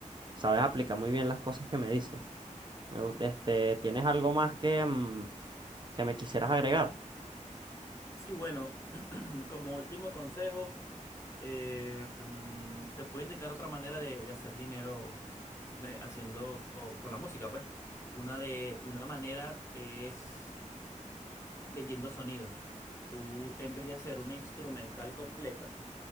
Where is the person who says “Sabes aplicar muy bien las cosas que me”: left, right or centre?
Right